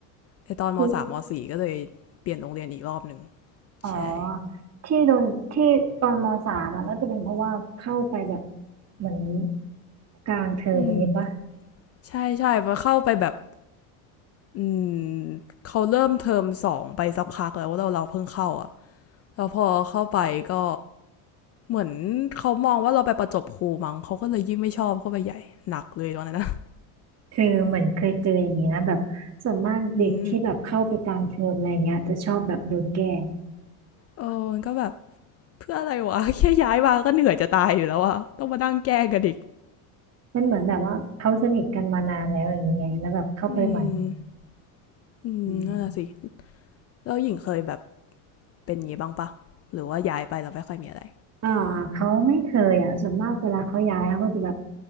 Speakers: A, on the left; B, on the right.
A: ไอตอนมสามมสี่ก็เลยเปลี่ยนโรงเรียนอีกรอบหนึ่ง
B: คืออ๋อ
A: ใช่
B: ที่โดนที่ตอนมสามอ่ะน่าจะเป็นเพราะว่าเข้าไปแบบเหมือนกลางเทอมนี้ปะ
A: อืมใช่ใช่พอเข้าไปแบบอืมเขาเริ่มเทอมสองไปสักพักแล้วว่าเราเราเพิ่งเข้าอ่ะแล้วพอเข้าไปก็เหมือนเขามองว่าเราไปประจบครูมั้งเขาก็เลยยิ่งไม่ชอบเข้าไปใหญ่หนักเลยตอนนั้นนะ
B: คือเหมือนเคยเจออย่างนี้นะแบบส่วนมากเด็กที่แบบเข้าไปกลางเทอมอะไรเงี้ยจะชอบแบบโดนแกล้ง
A: อืมเออมันก็แบบเพื่ออะไรวะ <laughs> แค่ย้ายมาก็เหนื่อยจะตายอยู่แล้วอะต้องมานั่งแกล้งกันอีก
B: มันเหมือนแบบว่าเขาสนิทกันมานานแล้วอย่างเงี้ยแล้วแบบเข้าไปใหม่
A: อืมอืมนั่นแหละสิ
B: อืม
A: แล้วหญิงเคยแบบเป็นอย่างนี้บ้างปะหรือว่าย้ายไปแล้วไม่ค่อยมีอะไร
B: อ่าเขาไม่เคยอ่ะส่วนมากเวลาเขาย้ายเขาก็จะแบบ